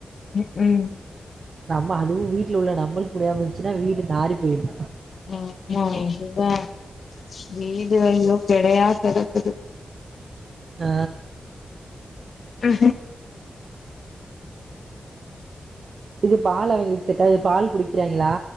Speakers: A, on the left; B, on the right.
A: ம், ம்
B: நம்ம அதுவு வீட்ல உள்ள நம்மளுக்கு முடியாம இருந்துச்னா வீடு நாரி போயிடு
A: ஆமா இதுதா வீடு வேலையு கெடையா கெடக்கு
B: ஆ
A: அ
B: இது பால் அவங்களுக்கு செட்டாயி பால் குடிக் கிறாங்களா